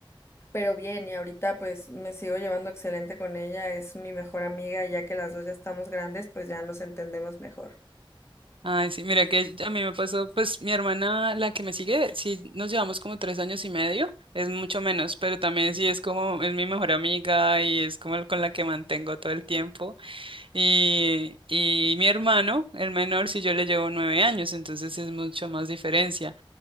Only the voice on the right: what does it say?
Ay, sí, mira que a mí me pasó, pues mi hermana, la que me sigue, sí nos llevamos como tres años y medio, es mucho menos, pero también sí es como, es mi mejor amiga y es como el con la que mantengo todo el tiempo. Y, y mi hermano, el menor, sí yo le llevo nueve años, entonces es mucho más diferencia.